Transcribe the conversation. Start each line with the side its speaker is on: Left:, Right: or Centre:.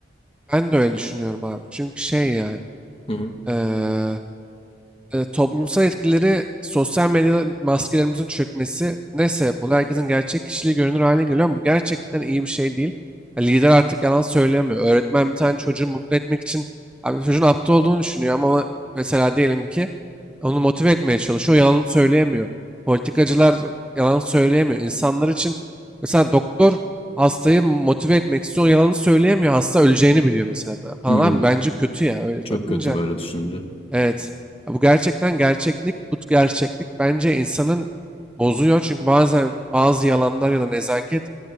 Centre: Ben de öyle düşünüyorum abi. Çünkü şey yani.
Left: Hı hı.
Centre: eee e, toplumsal etkileri sosyal medya maskelerimizin çökmesi ne sebep oluyor? Herkesin gerçek kişiliği görünür hale geliyor ama bu gerçekten iyi bir şey değil. Ya lider artık yalan söyleyemiyor. Öğretmen bir tane çocuğu mutlu etmek için abi çocuğun aptal olduğunu düşünüyor ama ona- mesela diyelim ki onu motive etmeye çalışıyor. o Yalan söyleyemiyor. Politikacılar yalan söyleyemiyor. İnsanlar için mesela doktor hastayı motive etmek istiyor. o Yalanı söyleyemiyor. Hasta öleceğini biliyor mesela da falan
Left: Hı hı.
Centre: abi bence kötü ya. Öyle
Left: Çok
Centre: bakınca
Left: kötü böyle düşününce.
Centre: Evet. Ya Bu gerçekten gerçeklik, bu gerçeklik bence insanın bozuyor. Çünkü bazen bazı yalanlar ya da nezaket